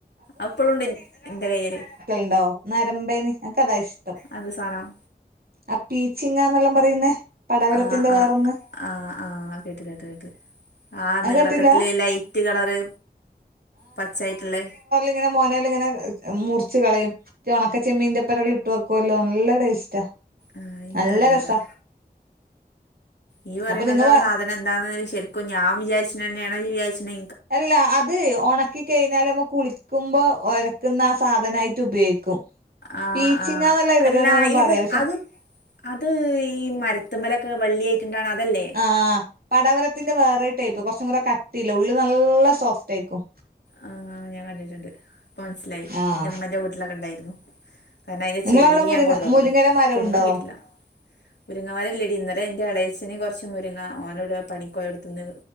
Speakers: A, on the left; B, on the right.
A: അഹ് ഇപ്പൊഴുണ്ട് ഇൻ ഇന്റെ കയ്യില്
B: ണ്ടോ നരമ്പേനി എനക്ക്താ ഇഷ്ടം
A: അത് സാധനം
B: ആ പീച്ചിങ്ങാന്നെല്ലാം പറയുന്നേ പടവലത്തിന്റെ
A: ആഹ്‌
B: വേറൊന്ന്
A: ആഹ്‌ ആ ആഹ് കേട്ട് കേട്ട് കേട്ട് ആ
B: അത്
A: നീളക്കത്തില്
B: കേട്ടില്ല
A: ലൈറ്റ് കളറ് പച്ചായിട്ടുള്ളെ
B: ഇങ്ങെ മോനലിങ്ങനെ മുറിച് കളയും ഉണക്ക ചെമ്മീൻന്റെപ്പറെള്ളാം ഇട്ട് വെക്കുവല്ലോ നല്ല ടേസ്റ്റാ
A: ആഹ്‌ ഇനിക്കറിഞ്ഞുടാ
B: നല്ല രസാ
A: ഈ പറയണതാ
B: അപ്പൊ നിങ്ങ
A: സാധ നന്താന്ന് ശരിക്കും ഞാൻ വിചാരിച്ചുെന്നെയാണോ നി വിചാരിണ്
B: അല്ല അത് ഒണക്കി കഴിഞ്ഞാൽ നമ്മക്ക് കുളിക്കുമ്പോ ഒരക്ന്ന ആ സാധനയിട്ട് ഉപയോഗിക്കും
A: ആഹ
B: പീച്ചിങ്ങന്നല്ല
A: ആഹ്
B: ഇവരോടെല്ലാം
A: അല്ല
B: പറയാ
A: ഇത്
B: പക്ഷെ
A: അത് അത് ഈ മരത്തുമ്മലൊക്കെ വള്ളിയാട്ട്ണ്ടാണ അതല്ലേ
B: ആഹ്‌ പടവലത്തിന്റെ വേറെ ടൈപ്പ് കുറച്ചും കുടെ കട്ടില്ലേ ഉള്ള് നല്ല സോഫ്റ്റ് ഏയിക്കും
A: ആ ഞാൻ കണ്ടിട്ടുണ്ട് ഇപ്പൊ മനസ്സിലായി
B: ആഹ്
A: എന്റെ ഇമ്മേന്റെ വീട്ടിലൊക്കെ ഇണ്ടായിരുന്നു. കാരണം അതിന്റെ
B: നിങ്ങളവിടെ
A: ചെകിരി
B: മുരിങ്ങ
A: ഞാൻ കൊണ്ടോന്ന്ണ്
B: മുരിങ്ങയുടെ മരം
A: തിന്ന്
B: ഉണ്ടോ
A: നോ കിട്ടില്ല മുരിങ്ങമരംലെടി ഇന്നലെ എന്റെ എളേച്ചന് കുറച്ച് മുരിങ്ങ ഓനോട് പണിക്കോയ എടുത്തന്ന്